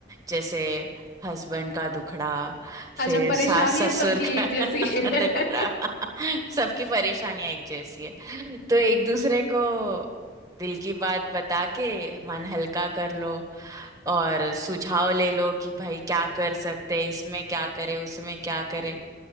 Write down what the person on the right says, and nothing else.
जैसे हस्बैंड का दुखड़ा फिर
सास ससुर
का
<laughs>
दुखड़ा
सबकी परेशानियां एक जैसी है तो एक दूसरे को दिल की बात बता के मन हल्का कर लो और सुझाव ले लो कि भाई क्या कर सकते हैं इसमें क्या करे उसमें क्या करे